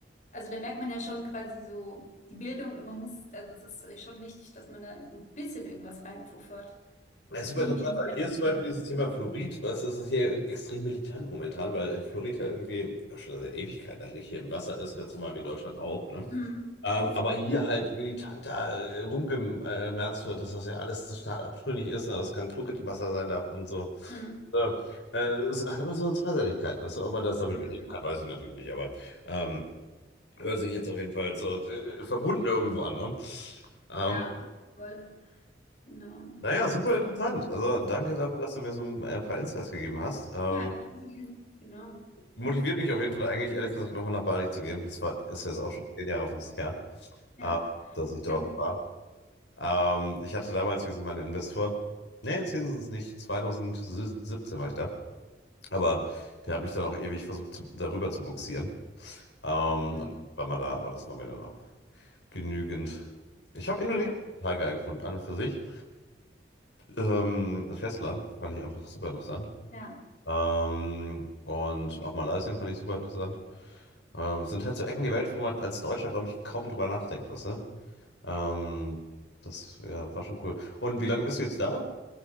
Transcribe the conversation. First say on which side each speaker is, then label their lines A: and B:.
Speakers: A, on the left; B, on the left.
A: also da merkt man ja schon quasi so die Bildung, man muss, also es ist schon wichtig, dass man da so ein bisschen irgendwas reinpuffert.
B: Das ist super
A: Irgendwie
B: interessant,
A: dann
B: weil hier ist
A: Generation.
B: zum Beispiel dieses Thema Fluorid, was das ist hier extrem militant momentan, weil Fluorid ja irgendwie auch schon seit Ewigkeiten eigentlich hier im Wasser ist, ganz normal wie in Deutschland auch, ne?
A: Mhm.
B: Ähm, aber hier halt militanter äh, rumgemerzt wird, dass das ja alles total abtrünnig ist, ne? Dass kein Fluorid im Wasser sein darf und so.
A: Mhm.
B: Äh, äh, es hat immer so eine Zweiseitigkeit, weißt du, ob man das damit
A: Mhm.
B: beheben kann, weiß ich natürlich nicht, aber ähm, hört sich jetzt auf jeden Fall so äh, verbunden irgendwo an, ne? Ähm,
A: Ja, voll. Genau. Und
B: Naja, super
A: was?
B: interessant. Also danke dafür, dass du mir so ein ein paar Insights gegeben hast. Ähm,
A: Ja, das ist, genau.
B: motiviert mich auf jeden Fall eigentlich, ehrlich gesagt, nochmal nach Bali zu gehen. Das war, ist jetzt auch schon zehn Jahre fast her,
A: Ja,
B: äh, dass ich dort
A: ja gut.
B: war. Ähm, ich hatte damals, wie gesagt, meinen Investor. Nee, zehn sind es nicht. 2017 war ich da. Aber der hat mich dann auch ewig versucht, zu, darüber zu bugsieren. Ähm,
A: Hm,
B: und war mal da, aber das war mir dann auch genügend. Ich habe Indonesien
A: Ja,
B: total geil gefunden, an und für sich. Ähm, das Festland fand ich einfach super interessant.
A: ja.
B: Ähm, und auch Malaysia fand ich super interessant. Ähm, es sind halt so Ecken der Welt, wo man als Deutscher, glaube ich, kaum drüber nachdenkt, weißt du? Ähm, das ja, war schon cool. Und wie lange bist du jetzt da?